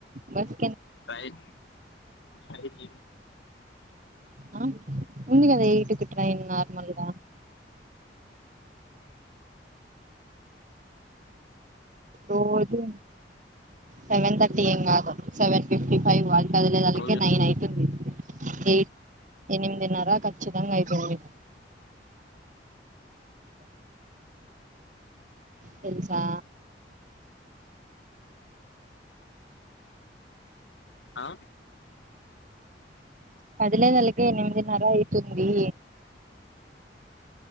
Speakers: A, on the right (about 45°); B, on the left (about 85°).
A: బస్
B: క్రాయ్ అయింది
A: ఆ ముందు కదా ఎయిట్ కి ట్రైన్ నార్మల్ గా రోజు సెవెన్ థర్టీ ఏం కాదు సెవెన్ ఫిఫ్టీ ఫైవ్ వాళ్ళ కదిలేదలికే
B: రోజు
A: నైన్ అవుతుంది ఎయిట్ ఎనిమిదిన్నర ఖచ్చితంగా ఐథాది తెలుసా
B: ఆ
A: పదిలే నలకి ఎనిమిదిన్నర అయితుంది